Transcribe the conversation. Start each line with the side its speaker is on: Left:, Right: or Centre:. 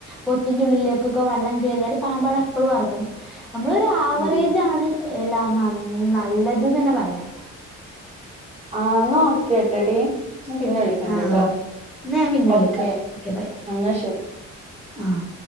Centre: പൊത്തിന്റെ ഉള്ളിലേക്കൊക്കെ വള്ളം കേറിയാലും പാമ്പാള് അപ്പളും അറങ്ങും നമ്മളൊരു ആവറേജ്
Right: ആഹ്
Centre: ആണ് എല്ലാനന്നു നല്ലത് നന്നേ പറയാം
Right: ആഹ് ന്ന ഓക്കെ ട്ടേടി ഞാൻ പിന്നെ വിളിക്ക കണ്ടിട്ടോ
Centre: ആഹ് ന്നാ ഞാൻ പിന്നെ വിളിക്കാം
Right: ഓക്കേ
Centre: ഓക്കെ ബൈ
Right: ആ എന്നാ ശരി
Centre: ആഹ്